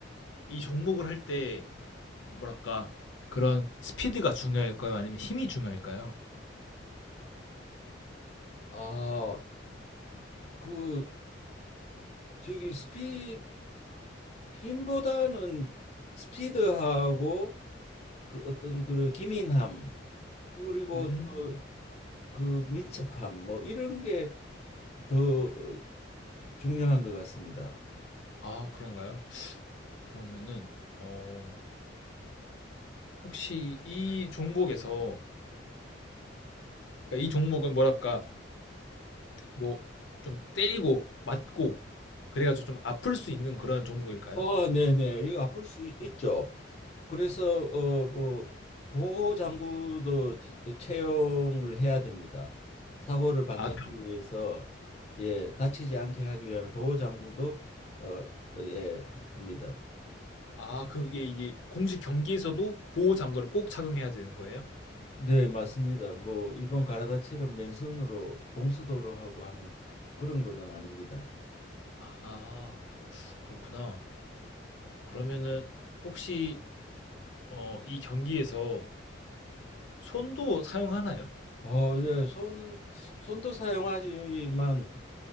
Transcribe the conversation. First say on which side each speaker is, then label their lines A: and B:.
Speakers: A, on the left; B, on the left.
A: 이 종목을 할 때 뭐랄까 그런 스피드가 중요할까요? 아니면 힘이 중요할까요?
B: 아, 그 저기 스피 힘보다는 스피드하고 그 어떤 그 기민함 그리고
A: 음.
B: 또 그 민첩함 뭐 이런 게더 중요한 것 같습니다.
A: 아 그런가요? 그러면은 어 혹시 이 종목에서 그러니까 이 종목은 뭐랄까 뭐 좀 때리고 맞고 그래가지고 좀 아플 수 있는 그런 종목일까요?
B: 아, 네네. 이거 아플 수 있- 있죠. 그래서 어 뭐 보호 장구도 치- 채용을 해야 됩니다. 사고를 방지하기
A: 아,
B: 위해서 예, 다치지 않게 하기 위한 보호 장구도 어 예, 합니다.
A: 아 그게 이게 공식 경기에서도 보호 장구를 꼭 착용해야 되는 거예요?
B: 네, 맞습니다. 뭐 일본 가라다처럼 맨손으로 공수도로 하고 하는 그런 거는 아닙니다.
A: 아 그렇구나. 그러면은 혹시 어 이 경기에서 손도 사용하나요?
B: 어, 예, 손은 손도 사용하지만